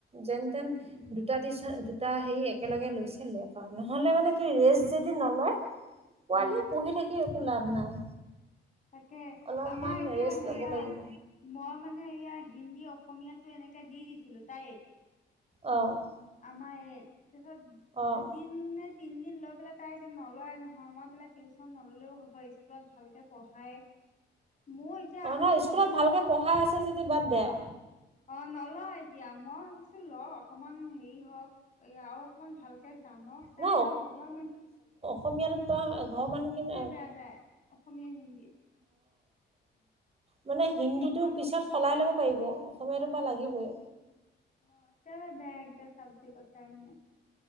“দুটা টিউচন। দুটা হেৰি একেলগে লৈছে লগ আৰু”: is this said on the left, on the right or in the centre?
Right